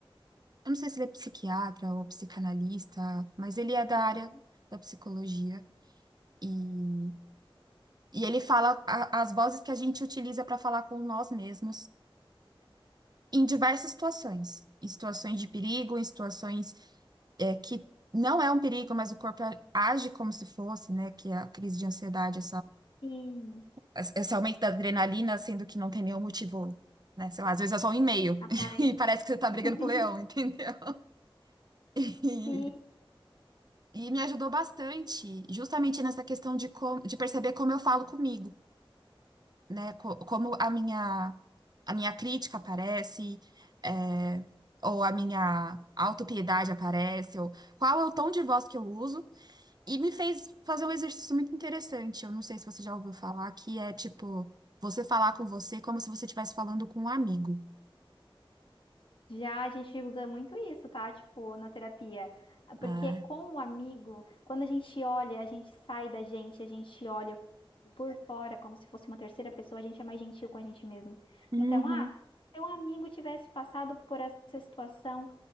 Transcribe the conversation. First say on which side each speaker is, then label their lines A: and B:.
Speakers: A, on the right; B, on the left.
A: Eu não sei se ele é psiquiatra ou psicanalista, mas ele
B: Ok.
A: é da área da psicologia. E, e ele fala a- as vozes que a gente utiliza para falar com nós mesmos em diversas situações. Em situações de perigo, em situações é, que não é um perigo, mas o corpo age como se fosse, né? Que é a crise de ansiedade,
B: Sim.
A: esse esse aumento da adrenalina, sendo que não tem nenhum motivo, né? Sei lá, às vezes é só um e-mail
B: Aparente.
A: <laughs> e parece que você tá brigando
B: <laughs>
A: com o leão, entendeu? <laughs>
B: Sim,
A: E, e me ajudou bastante, justamente nessa questão de, como, de perceber como eu falo comigo, né? Co- como a minha, a minha crítica aparece, é, ou a minha autopiedade aparece, ou qual é o tom de voz que eu uso E me fez fazer um exercício muito interessante. Eu não sei se você já ouviu falar, que é tipo, você falar com você como se você estivesse falando com um amigo.
B: já a gente usa muito isso, tá? Tipo, na terapia. Porque
A: É.
B: com o amigo, quando a gente olha, a gente sai da gente, a gente olha por fora como se fosse uma terceira pessoa, a gente é mais gentil com a gente mesmo.
A: Uhum.
B: Então, ah, se o amigo tivesse passado por essa situação,